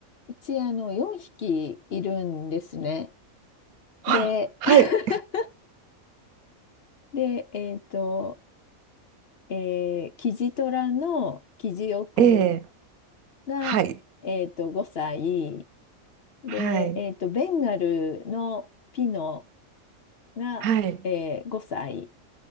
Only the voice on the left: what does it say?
うち、あの、4匹いるんですね。
で、
<laughs> で、えっと、えー、キジトラのキジオくん
が、
えっと、5歳。で、
えっと、ベンガルのピノが、
えー、5歳。